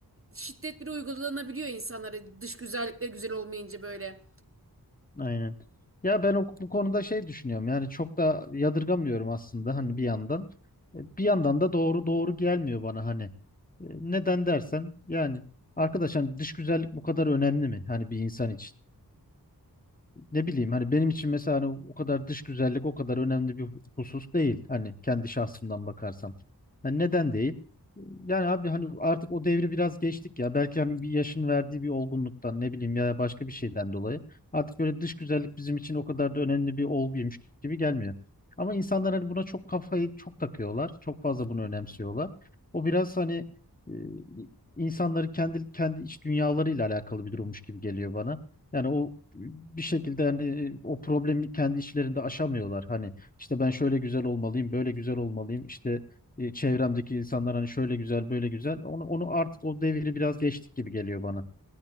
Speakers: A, on the right; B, on the left.
A: şiddet bile uygulanabiliyor insanlara dış güzellikle güzel olmayınca böyle.
B: Aynen. Ya ben o, bu konuda şey düşünüyorum. Yani çok da yadırgamıyorum aslında hani bir yandan. E, Bir yandan da doğru doğru gelmiyor bana hani. E, Neden dersen yani arkadaş hani dış güzellik bu kadar önemli mi? Hani bir insan için ne bileyim hani benim için mesela hani o kadar dış güzellik o kadar önemli bir hu- husus değil. Hani kendi şahsımdan bakarsam. Hani neden değil? Yani abi hani artık o devri biraz geçtik ya. Belki hani bir yaşın verdiği bir olgunluktan ne bileyim ya başka bir şeyden dolayı. Artık böyle dış güzellik bizim için o kadar da önemli bir olguymuş gibi gelmiyor. Ama insanlar hani buna çok kafayı çok takıyorlar. Çok fazla bunu önemsiyorlar. O biraz hani e, insanların kendi kendi iç dünyalarıyla alakalı bir durummuş gibi geliyor bana. Yani o bir şekilde hani o problemi kendi içlerinde aşamıyorlar. Hani işte ben şöyle güzel olmalıyım, böyle güzel olmalıyım. İşte e, çevremdeki insanlar hani şöyle güzel, böyle güzel. Onu, onu artık o devri biraz geçtik gibi geliyor bana.